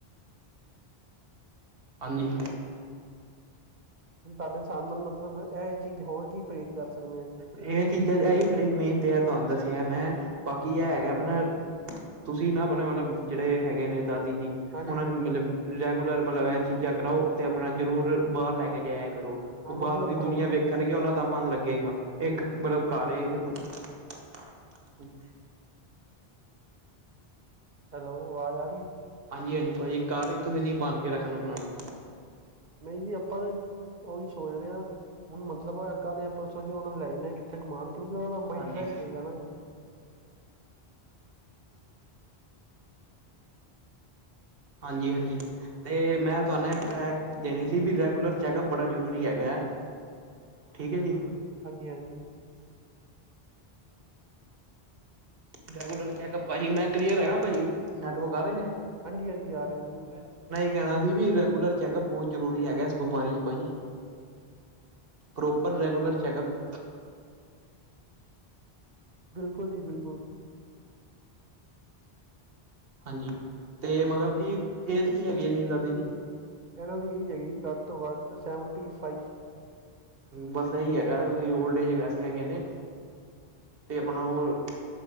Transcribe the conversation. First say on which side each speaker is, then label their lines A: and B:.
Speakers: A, on the right (about 65°); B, on the right (about 50°).
A: ਹਾਜੀਂ
B: ਹੁਨ ਤਾਡੇ ਸਾਬ ਨਾਲ ਮਤਲਬ ਇਹ ਚੀਜ਼, ਹੋਰ ਕੀ ਪਰੇਜ਼ ਕਰ ਸਕਨੇ ਆ ਜੀ।
A: ਇਹ ਚੀਜ਼ਾਂ ਇਹੀ <unintelligible> ਮੇਨ ਤੇ ਐ, ਤੁਹਾਨੂੰ ਦੱਸਿਆ ਮੈਂ ਬਾਕੀ ਇਹ ਹੈਗਾ ਆਪਣਾ ਤੁਸੀਂ ਨਾਂ <unintelligible> ਆਪਣੇ ਮਤਲਬ ਜਿਹੜੇ ਹੈਗੇ ਨੇ ਦਾਦੀ ਜੀ,
B: ਹਾਂਜੀ
A: ਉਹਨਾਂ
B: ਹਾਂਜੀ
A: ਨੂੰ ਮਤਲਬ ਰੈਗੂਲਰ ਮਤਲਬ ਐਚ ਚੇਕ ਕਰਾਓ ਤੇ ਆਪਣਾ ਜ਼ਰੂਰ ਬਾਹਰ ਲੈ ਕੇ ਜਾਇਆ ਕਰੋ।
B: ਹਾਂ
A: ਉਹ
B: ਮਤਲਬ
A: ਬਾਹਰ ਦੀ ਦੁਨੀਆਂ
B: ਘੁੰਮਣ ਨੂੰ।
A: ਵੇਖ <unintelligible> ਉਹਨਾਂ ਦਾ ਮਨ ਲੱਗੇਗਾ ਇੱਕ ਮਤਲਬ ਘਰ ਏ <unintelligible>
B: ਹੈਲੋ, ਆਵਾਜ਼ ਆ ਰਹੀ।
A: ਹਾਂਜੀ, ਹਾਂਜੀ, ਭਾਜੀ ਘਰ <unintelligible> ਨੀ ਬੰਣ ਕੇ ਰੱਖਣਾ ਉਹਨਾਂ ਨੂੰ
B: ਨਈਂ ਜੀ ਆਪਾਂ ਨੀਂ ਉਹੀ ਸੋਚ ਰਿਹਾ, ਹੁਣ ਮਤਲਬ ਕੱਲ ਯਾਂ ਪਰਸੋਂ ਚ ਉਹਣਾ ਨੂੰ ਲੈ ਜਾਂਨੇ ਆਂ ਕੀਤੇ ਕਿਥੇ ਘੁਮਾਨ ਕਿਉਂਕਿ ਉਹਨਾਂ ਦਾ ਮਾਈੰਡ
A: ਹਾਂਜੀ,
B: ਫਰੈਸ਼ ਰਹੇਗਾ ਨਾਂ ਜੀ <inaudible>
A: ਹਾਂਜੀ, ਹਾਂਜੀ। ਤੇ ਮੈਂ ਤੁਹਾਨੂੰ ਇਕ ਅ ਕੇ ਦੇਣੀ ਸੀ ਵੀ ਰੈਗੂਲਰ ਚੈਕਅਪ
B: ਹਾਂਜੀ
A: ਬੜਾ ਜ਼ਰੂਰੀ ਹੈਗਾ ਐ। ਠੀਕ ਹੈ ਜੀ।
B: ਹਾਂਜੀ, ਹਾਂਜੀ।
A: ਰੈਗੂਲਰ ਚੈਕਅਪ ਭਾਜੀ ਮੈਂ ਕਲੀਅਰ ਹੈਗਾ, ਭਾਜੀ। ਨੈਟਵਰਕ ਆ ਰਹੇ ਨੇਂ?
B: ਹਾਂਜੀ ਹਾਂਜੀ ਆ ਰਹੇ ਨੇਂ <unintelligible>
A: ਕਹਿਣਾ ਸੀ ਵੀ ਰੈਗੂਲਰ ਚੈਕਅਪ ਬਹੁਤ ਜ਼ਰੂਰੀ ਹੈਗਾ ਇਸ ਬਿਮਾਰੀ ਚ ਭਾਜੀ। ਪ੍ਰੋਪਰ ਰੈਗੂਲਰ ਚੈੱਕਅਪ
B: ਬਿਲਕੁਲ ਜੀ ਬਿਲਕੁਲ।
A: ਹਾਂਜੀ ਤੇ ਮਤਲਬ ਕਿ ਏਜ ਕੀ ਹੈਗੀ ਆ ਜੀ ਦਾਦੀ ਦੀ।
B: ਐਣਾ ਦੀ ਐਈ ਹੈਗੀ ਜੀ, ਘੱਟ ਤੋਂ ਘੱਟ ਸੈਵਨ ਟੀ ਫਾਈਵ।
A: ਬਸ ਐਈ ਹੈਗਾ, ਵੀ ਓਲਡ ਏਜ ਵੈਸੇ ਹੈਗੇ ਨੇਂ। ਤੇ ਆਪਣਾ ਓ,